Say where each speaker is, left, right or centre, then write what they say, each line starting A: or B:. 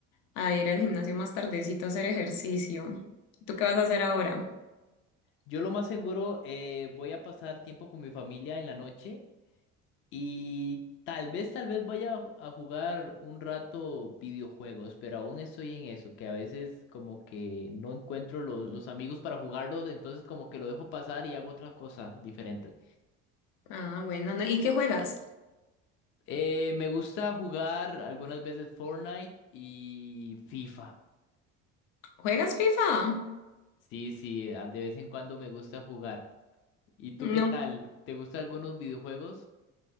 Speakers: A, on the left; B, on the left.
A: a ir al gimnasio más tardecito a hacer ejercicio. ¿Tú qué vas a hacer ahora?
B: Yo lo más seguro eh, voy a pasar tiempo con mi familia en la noche y tal vez, tal vez vaya a, ju- a jugar un rato videojuegos, pero aún estoy en eso, que a veces como que no encuentro los, los amigos para jugarlos, entonces como que lo dejo pasar y hago otra cosa diferente.
A: Ah, bueno, no- ¿y qué juegas?
B: Eh, me gusta jugar algunas veces Fortnite y FIFA.
A: ¿Juegas FIFA?
B: Sí, sí, a- de vez en cuando me gusta jugar. ¿Y tú
A: No
B: qué tal? ¿Te gustan algunos videojuegos?